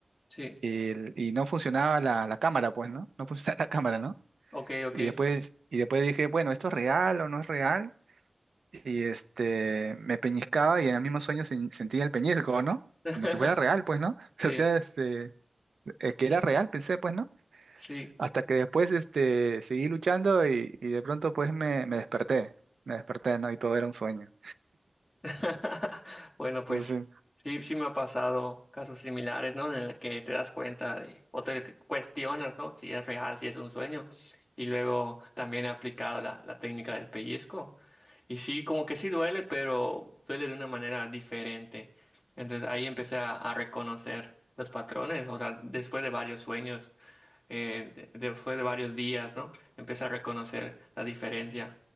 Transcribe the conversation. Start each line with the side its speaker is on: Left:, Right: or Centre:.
Left: Sí,
Right: Y, el- y no funcionaba la, la cámara, pues, ¿no? No funcionaba <laughs> la cámara, ¿no?
Left: ok, ok.
Right: Y después, y después dije, bueno, ¿esto es real o no es real? y este, me peñiscaba y en el mismo sueño sen- sentía el peñisco, ¿no?
Left: <laughs>
Right: Como si fuera real, pues, ¿no? <laughs>
Left: Sí,
Right: O sea, este, eh, que era real, pensé, pues, ¿no?
Left: sí.
Right: Hasta que después, este, seguí luchando y, y de pronto, pues, me, me desperté, me desperté, ¿no? Y todo era un sueño.
Left: <laughs> Bueno, pues
Right: No sé.
Left: sí, sí me ha pasado casos similares, ¿no? En el que te das cuenta de, o te cuestionas, ¿no? Si es real, si es un sueño. Y luego también he aplicado la, la técnica del pellizco. Y sí, como que sí duele, pero duele de una manera diferente. Entonces ahí empecé a, a reconocer los patrones, o sea, después de varios sueños eh, de- después de varios días, ¿no? Empecé a reconocer la diferencia.